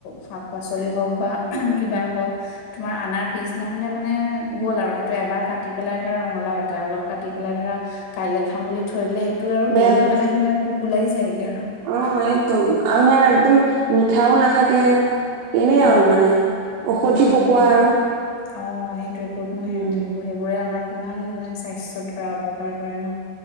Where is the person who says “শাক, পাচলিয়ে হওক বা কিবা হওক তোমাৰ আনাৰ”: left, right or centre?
Left